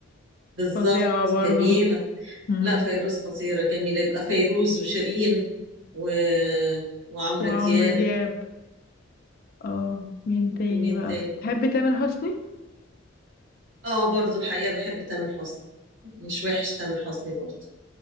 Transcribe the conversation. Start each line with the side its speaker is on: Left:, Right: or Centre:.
Right: بالظبط
Left: فظيعه برضو
Right: جميلة
Left: امم
Right: لا فيروز خطيرة جميلة يبقى فيروز وشيرين و... وعمرو
Left: وعمرو
Right: دياب
Left: دياب اه مين تاني
Right: مين
Left: بقى
Right: تاني
Left: بتحبي تامر حسني
Right: اه برضو الحقيقة بحب تامر حسني مش وحش تامر حسني برضو